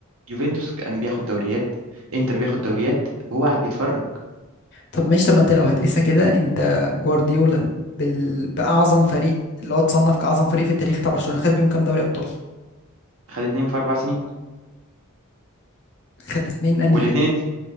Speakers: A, on the right; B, on the left.
A: يوفنتوس كان بياخد دوريات إنتر بياخد دوريات وهو قاعد بيتفرج
B: طب ماشي طب ما انت لو هتقيسها كده انت جوارديولا بال... باعظم فريق اللي هو اتصنف كاعظم فريق في التاريخ طبعا برشلونه خد بيهم كام دوري ابطال
A: خد اتنين في أربع سنين
B: خد اتنين انهي
A: والاتنين